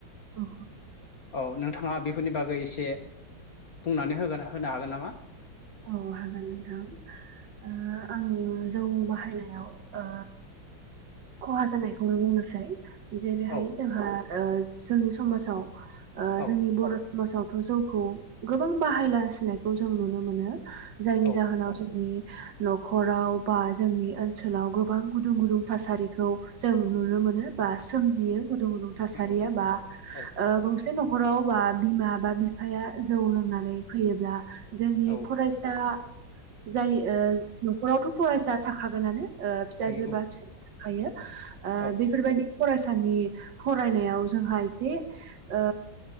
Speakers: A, on the right; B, on the left.
A: औ
B: औ नोंथाङा बेफोरनि बागै एसे बुंनानै होगोन होनो हागोन नामा?
A: औ हागोन नोंथां। ओ आं जौ बाहायनायाव ओ खहा जानायखौ बुंनोसै। जेरैहाय
B: औ
A: जोंहा ओ जोंनि समाजाव ओ
B: औ
A: जोंनि बर' समाजाव। जौखौ गोबां बाहायलासिनायखौ जों नुनो मोनो जायनि
B: औ
A: जाहोनाव जोंनि। न'खराव बा जोंनि ओनसोलाव गोबां गुदुं गुदुं थासारिखौ जों नुनो मोनो। नुनो मोनो बा सोमजियो गुदुं गुदुं थासारिया
B: नंगौ नोंथां
A: बा
B: औ
A: ओ बुंस बे न'खराव बा बिमा बा बिफाया जौ लोंनानै फैयोब्ला जोंनि।
B: औ
A: दा जाय ओ न'खरावथ' फरायसा थाखागोनानो। ओ फिसाजोबा
B: थायो औ
A: फिसाज्ला थायो ओ
B: औ
A: बेफोरबायदि फरायसानि फरायनायाव जोंहा एसे ओ